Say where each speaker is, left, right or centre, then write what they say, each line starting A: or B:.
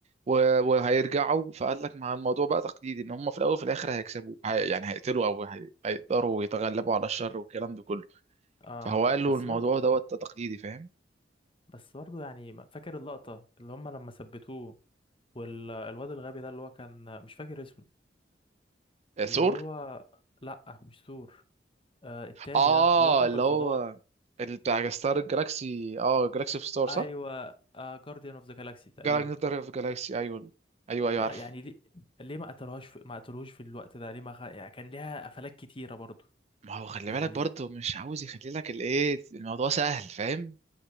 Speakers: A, on the right (about 40°); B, on the left (about 30°).
A: و- وهيرجعوا فقال لك مع الموضوع بقى تقليدي ان هم في الاول وفي الاخر هيكسبوا هي يعني هيقتلوا او هي- هيقدروا يتغلبوا على الشر والكلام ده كله
B: اه
A: فهو
B: لا
A: قال له
B: بس
A: الموضوع
B: برضو
A: دوت تقليدي فاهم
B: بس برضو يعني ما- فاكر اللقطة اللي هم لما ثبتوه والواد الغبي ده اللي هو كان مش فاكر اسمه
A: آه، ثور
B: اللي هو لا مش ثور آه التاني
A: اه
B: ده اللي هو كان
A: اللي
B: من الفضاء
A: هو اللي بتاع ستار الجلاكسي اه جلاكسي في ستار صح
B: ايوه آه جارديان اوف ذا جالاكسي تقريبا
A: جالكسي جالاكسي ايوه ايوه ايوه
B: آه،
A: عارف
B: يعني ليه ليه ما قتلوهاش في... ما قتلوهوش في الوقت ده ليه ما خ... يعني كان ليها قفلات كتيرة برضو
A: ما هو خلي
B: يعني
A: بالك برضه مش عاوز يخلي لك الايه الموضوع سهل فاهم